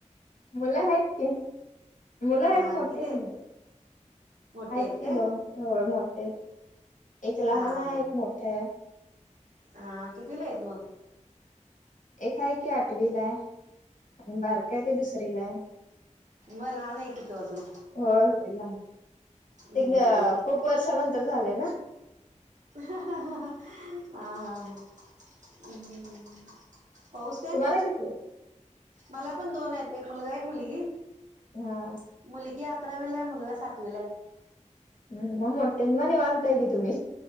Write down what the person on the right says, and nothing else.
हा
किती
आहेत
मोठे
आहेत
काय
हा हा
हा
हा कितीवीला आहेत मग?
म लहान आहे की तो अजून.
हम्म
आ हा हा हम्म हम्म. पाऊस तेन
मला पण दोन आहेत एक मुलगा एक मुलगी.
मुलगी अकरावीला आहे मुलगा सातवीला आहे.